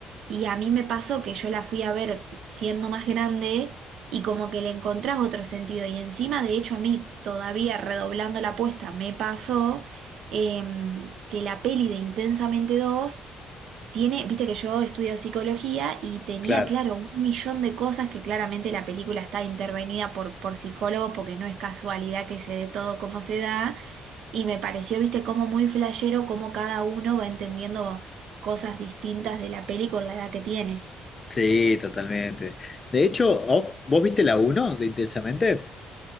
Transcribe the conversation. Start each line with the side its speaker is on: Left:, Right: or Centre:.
Right: y a mí me pasó que yo la fui a ver siendo más grande y como que le encontrás otro sentido, y encima, de hecho, a mí todavía redoblando la apuesta me pasó em, que la peli de Intensamente dos tiene, viste que yo estudio psicología y tenía,
Left: claro.
Right: claro, un millón de cosas que claramente la película está intervenida por, por psicólogos porque no es casualidad que se dé todo como se da. Y me pareció, viste, como muy flashero como cada uno va entendiendo cosas distintas de la peli con la edad que tiene.
Left: Sí, totalmente. De hecho, ¿vos, vos viste la uno de Intensamente?